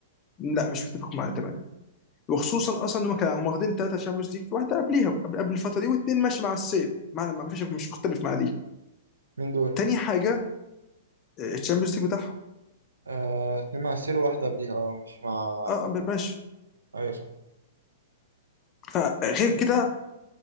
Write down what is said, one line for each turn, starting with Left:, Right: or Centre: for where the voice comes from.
Left: لا مش متفق معاه تماما وخصوصا اصلا ان هم كانوا هم واخدين ثلاثه شامبيونز ليج واحده قبليها قبل قبل الفتره دي واثنين ماشي مع السير معنى ما فيش مش مختلف مع دي
Right: مين دول؟
Left: تاني حاجه آه، الشامبيونز ليج بتاعهم
Right: آه، اتنين مع السير وواحدة قبليها اه مش مع
Left: اه آه، ماشي
Right: ايوه صح
Left: فغير كده